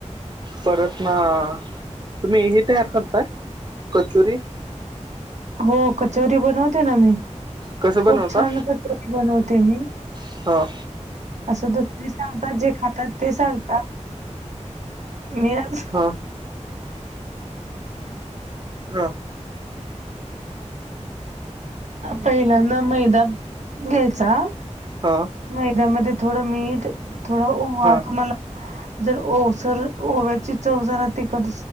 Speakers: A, on the right (about 35°); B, on the right (about 70°).
A: परत ना तुम्ही ह तयार करताय कचुरी.
B: हो कचोरी बनवते ना मी
A: कसं
B: खूप
A: बनवता?
B: छान कचोरी बनवते मी.
A: हा.
B: असं दुध ते सांगतात जे खातात ते सांगतात. मी आज
A: हा हा.
B: पहिला ना मैदा घ्यायचा.
A: हा.
B: मैद्यामध्ये थोडं मीठ, थोडा ओवा
A: हा
B: तुम्हाला जर ओलसर ओव्याची चव जरा तिकड